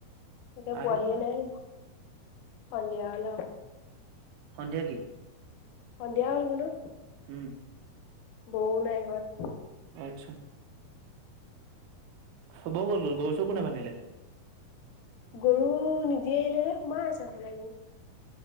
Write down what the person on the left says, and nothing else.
তে
পোৱাহিয়ে নাই সন্ধিয়া হল।
সন্ধিয়া হল বোলো।
বৌ নাই ঘৰত।
গৰু নিজেআহিলে যে সোমাই আছে হবলা গৰু।